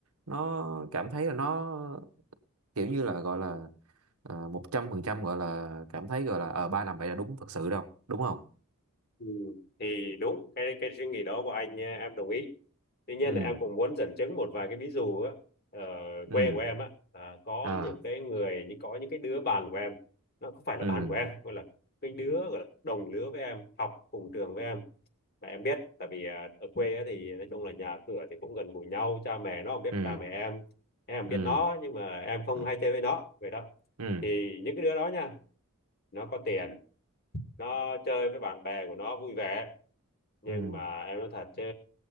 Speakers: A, on the right (about 75°); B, on the left (about 45°).
A: nó cảm thấy là nó kiểu như là gọi là ờ, một trăm phần trăm gọi là cảm thấy gọi là ờ ba làm vậy là đúng thật sự đâu đúng không
B: ừ. thì đúng cái cái suy nghĩ đó của anh eh, em đồng ý tuy nhiên
A: ừ
B: là em cũng muốn dẫn chứng một vài cái ví dụ á ở
A: ừ
B: quê của em á à, có
A: à
B: những cái người những có những cái đứa bạn của em nó không phải là
A: ừ
B: bạn của em gọi là cái đứa gọi là đồng lứa với em học cùng trường với em mà em biết tại vì à, ở quê á, thì nói chung là nhà cửa thì cũng gần gũi nhau cha mẹ nó không biết
A: ừ
B: cha mẹ em em
A: ừ
B: biết nó nhưng mà em không
A: ừ
B: hay chơi với nó vậy đó
A: ừ
B: thì những cái đứa đó nha nó có tiền nó chơi với bạn bè của nó vui vẻ nhưng
A: ừ
B: mà em nói thật chứ